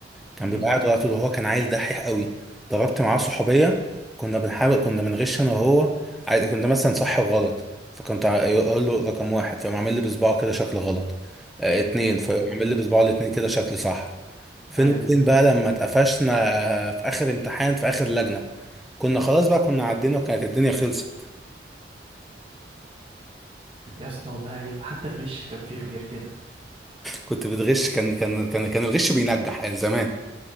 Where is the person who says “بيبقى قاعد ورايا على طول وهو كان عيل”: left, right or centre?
Centre